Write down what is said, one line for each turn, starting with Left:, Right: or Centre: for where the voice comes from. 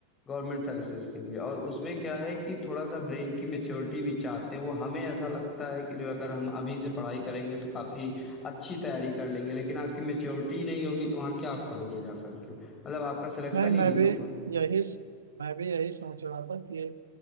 Left: गवर्नमेंट सर्विसेज के लिए और उसमें क्या है कि थोड़ा सा ब्रेन की मेच्योरिटी भी चाहते हैं वो हमें ऐसा लगता है कि जो अगर हम अभी से पढ़ाई करेंगे तो काफ़ी अच्छी तैयारी कर लेंगे लेकिन आपकी मेच्योरिटी नहीं होगी तो वहाँ क्या आप करोगे जा करके मतलब आपका सिलेक्शन
Right: नहीं मैं
Left: ही नहीं
Right: भी
Left: होगा
Right: यही मैं भी यही सोच रहा था कि